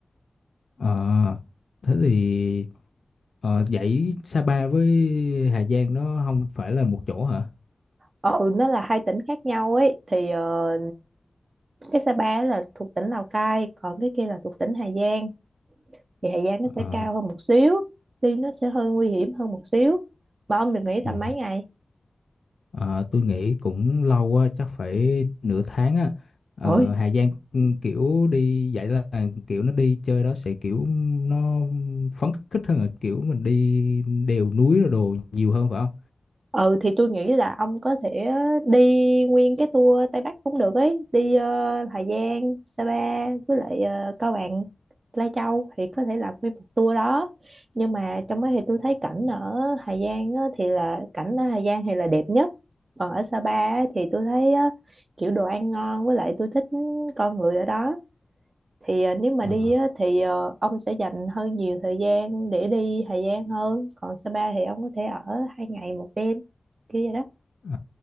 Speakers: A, on the left; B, on the right.
A: Ờ, thế thì ờ, vậy Sapa với Hà Giang nó không phải là một chỗ hả?
B: ừ nó là hai tỉnh khác nhau ấy thì ờ, cái Sapa ấy là thuộc tỉnh Lào Cai còn cái kia là thuộc tỉnh Hà Giang thì Hà Giang nó
A: Ờ,
B: sẽ cao hơn một xíu đi nó sẽ hơi nguy hiểm hơn một xíu mà ông được nghỉ tầm
A: ờ.
B: mấy ngày
A: Ờ, tôi nghĩ cũng lâu á, chắc phải nửa tháng á. Ờ,
B: Ôi,
A: Hà Giang kiểu đi vậy là kiểu nó đi chơi đó sẽ kiểu nó phấn khích hơn là kiểu mình đi đèo núi rồi đồ nhiều hơn phải không?
B: ừ thì tôi nghĩ là ông có thể đi nguyên cái tour Tây Bắc cũng được ấy đi ờ, Hà Giang Sa Pa với lại ờ, Cao Bằng Lai Châu thì có thể làm nguyên một tour đó nhưng mà trong đó thì tôi thấy cảnh ở Hà Giang á, thì là cảnh ở Hà Giang thì là đẹp nhất còn ở Sa Pa á thì tôi thấy á, kiểu đồ ăn ngon với lại tôi thích con người ở đó thì ờ, nếu mà
A: Ờ,
B: đi á, thì ờ, ông sẽ dành hơi nhiều thời gian để đi Hà Giang hơn còn Sapa thì ông có thể ở hai ngày một đêm kia vậy đó
A: ờ,